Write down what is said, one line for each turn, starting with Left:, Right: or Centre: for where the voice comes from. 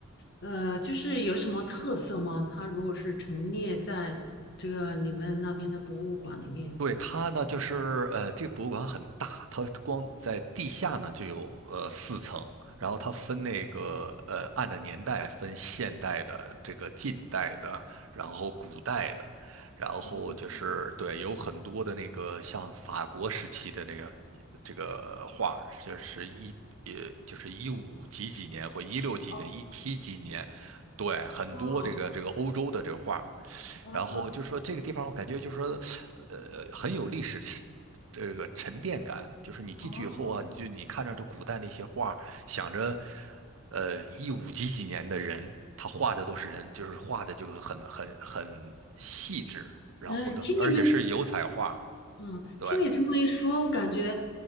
Left: 呃，就是有什么特色吗？它如果是陈列在这个你们那边的博物馆里面，
Right: 对，它呢，就是呃，这个博物馆很大，它光在地下呢就有呃四层，然后它分那个呃按照年代分现代的、这个近代的，然后古代的，然后就是对，
Left: 哎，
Right: 有很多的那个像法国时期的那个这个画儿就是一呃就是一五几几年或一六几几年、
Left: 哦，
Right: 一七几几年，对，很多这个这个欧洲的这个画儿
Left: 哦，哇，
Right: 然后就说这个地方，我感觉就说，呃，很有历史沉这个沉淀感。就是你进去以后啊，
Left: 哦，
Right: 你就你看着这古代那些画，想着，呃，一五几几年的人，他画的都是人，就是画的就个很很很细致。然后呢，
Left: 哎，听你们
Right: 而且是油彩画，
Left: 嗯，
Right: 对，
Left: 听你这么一说，我感觉